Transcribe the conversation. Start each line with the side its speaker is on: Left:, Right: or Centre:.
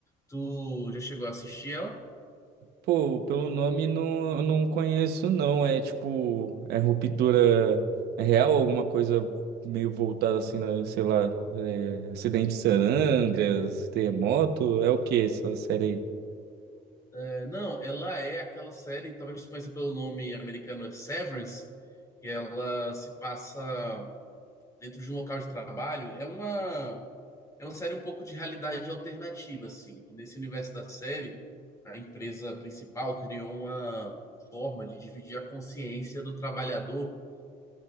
Left: Tu já chegou a assistir ela?
Right: Pô, pelo nome não, eu não conheço não. É tipo, é ruptura é real, alguma coisa meio voltada assim na, sei lá, é, acidente de Sarandras, terremoto, é o que essa série aí?
Left: É, não, ela é aquela série, talvez você conheça pelo nome americano, é Severance, que ela se passa dentro de um local de trabalho. É uma, é uma série um pouco de realidade alternativa, assim. que Nesse universo da série, a empresa principal criou uma forma de dividir a consciência do trabalhador,